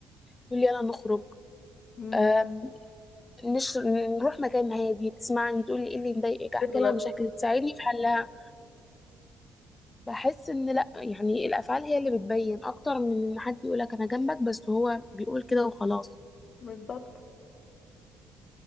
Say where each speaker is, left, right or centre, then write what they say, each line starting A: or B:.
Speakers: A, on the left; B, on the left.
A: تقول لي يلا نخرج
B: مم.
A: آم، نش... نروح مكان هادي تسمعني تقول لي ايه اللي مضايقك احكي
B: حلوة
A: لها مشاكل تساعدني في حلها بحس ان لا يعني الافعال هي اللي بتبين اكتر من ان حد يقولك انا جنبك بس هو بيقول كده وخلاص
B: بالظبط